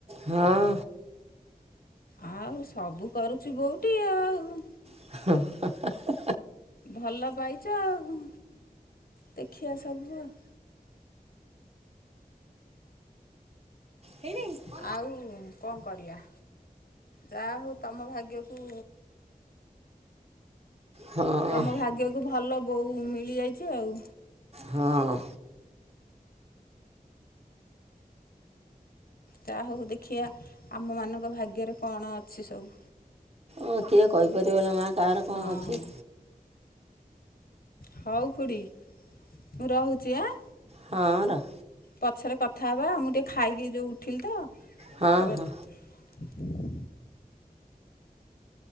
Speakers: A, on the right (about 40°); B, on the left (about 75°).
A: ହଁ।
B: ଆଉ ସବୁ କରୁଛି ବୋଉଟି ଆଉ।
A: ହଁ ହ ହ
B: ଭଲ ପାଇଛ ଆଉ ଦେଖିବା ସବୁ ଆଉ।
A: ହେଇନେଇଁ?
B: ଆଉ କଣ କରିବା ଯାହା ହଉ ତମ ଭାଗ୍ୟକୁ
A: ହଁ
B: ତମ ଭାଗ୍ୟକୁ ଭଲ ବୋହୂ ମିଳିଯାଇଛି ଆଉ।
A: ହଁ।
B: ଯାହା ହଉ ଦେଖିବା ଆମମାନଙ୍କ ଭାଗ୍ୟରେ କଣ ଅଛି ସବୁ?
A: ହଁ କିଏ କହିପାରିବ ନା ମା କାହାର କଣ
B: ହଁ
A: ଅଛି।
B: ହଉ ଖୁଡ଼ି ମୁଁ ରହୁଛି ଆଁ।
A: ହଁ ରହ।
B: ପଛରେ କଥା ହବା ମୁଁ ଟିକେ ଖାଇକି ଯୋଉ ଉଠିଲି ତ
A: ହଁ
B: ତାପରେ
A: ହଁ